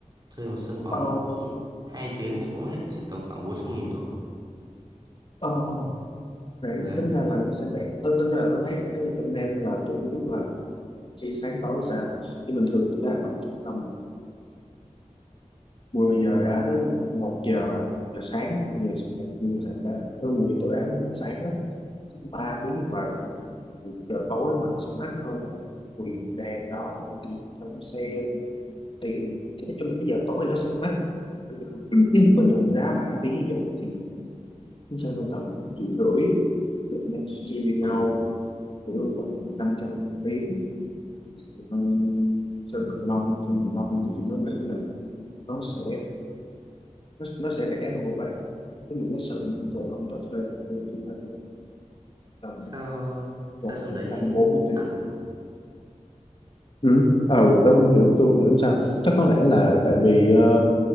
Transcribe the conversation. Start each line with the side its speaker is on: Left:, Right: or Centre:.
Right: thuê một sân bóng
Left: Ờ,
Right: cũng 2 tiếng thì cũng hết chỉ tầm khoảng bốn trăm nghìn thôi
Left: ờ, để
Right: đấy
Left: tính ra là nó sẽ để tôi tính là tôi thấy để hơn tụi em là tôi không biết là chỉ sáng tối sao chứ bình thường tôi đá bằng tầm 10 giờ đã một giờ giờ sáng 10 giờ sáng dậy, nhưng mà sáng đá- từ 10 giờ tối đá sáng đó ba tiếng như vậy giờ tối mình sẽ mát hơn là vì đèn đó rồi tiền trong xe rồi tiền nói chung là cái giờ tối nó sẽ mát <coughs> bình thường tôi đá ba tiếng như vậy thì cũng sẽ lên tầm triệu rưỡi tụi mình chia chia với nhau
Right: ừ.
Left: chỉ đâu khoảng 500 tiếng sơn cửu long sơn cửu long thì tôi nghĩ là nó sẽ nó, nó sẽ rẻ hơn của bạn cái những cái sự
Right: ừ.
Left: tụi ông đó thuê là em chỉ phải tầm
Right: sao sao
Left: khoảng
Right: trong
Left: một
Right: đấy
Left: trăm bốn mươi tiền
Right: đắt nhỉ
Left: Ừ. ừ tôi không hiểu tôi không hiểu sao chắc có lẽ là tại vì ờ,